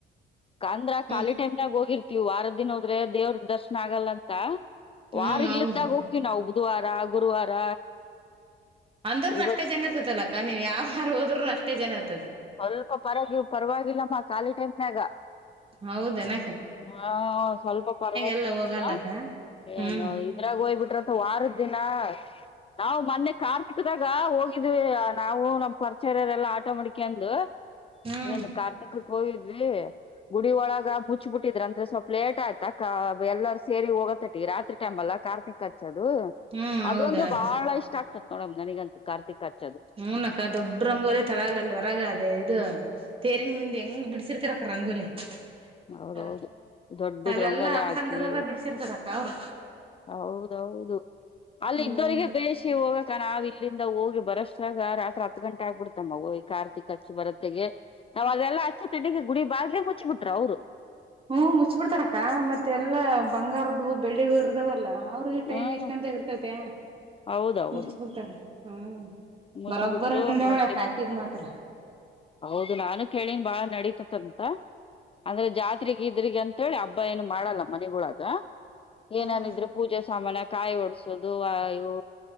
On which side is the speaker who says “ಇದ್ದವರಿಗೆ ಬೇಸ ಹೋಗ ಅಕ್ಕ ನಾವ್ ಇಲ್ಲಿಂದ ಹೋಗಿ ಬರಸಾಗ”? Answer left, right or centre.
Left